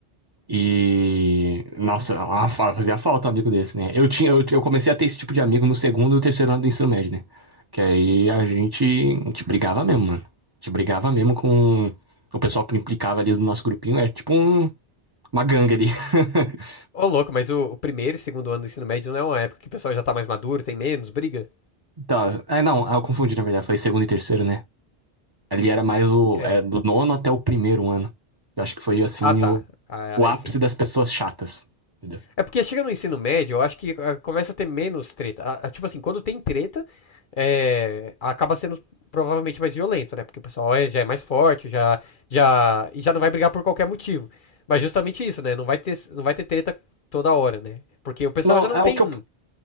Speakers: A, on the right; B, on the left.
A: E, nossa, a- fa- fazia falta um amigo desse, né? Eu tinha, eu, eu comecei a ter esse tipo de amigo no segundo e terceiro ano do ensino médio, né? Que aí a gente, a gente brigava mesmo, mano. A gente brigava mesmo com o pessoal que implicava ali do nosso grupinho. É tipo um- uma gangue ali. <laughs>
B: Ô, louco, mas o, o primeiro e segundo ano do ensino médio não é uma época que o pessoal já tá mais maduro, tem menos, briga?
A: Tá, ah, não, ah, eu confundi, na verdade. Falei segundo e terceiro, né? Ali era mais o,
B: É.
A: é, do nono até o primeiro ano. Eu acho que foi, assim,
B: Ah, tá.
A: o,
B: Ah,
A: o
B: aí
A: ápice
B: sim.
A: das pessoas chatas. entendeu?
B: É porque chega no ensino médio, eu acho que ah, começa a ter menos treta. Ah, ah, Tipo assim, quando tem treta, é, acaba sendo provavelmente mais violento, né? Porque o pessoal é- já é mais forte, já, já, e já não vai brigar por qualquer motivo. Mas justamente isso, né? Não vai ter, não vai ter treta toda hora, né? Porque o pessoal
A: Não,
B: já não
A: é
B: tem
A: o que eu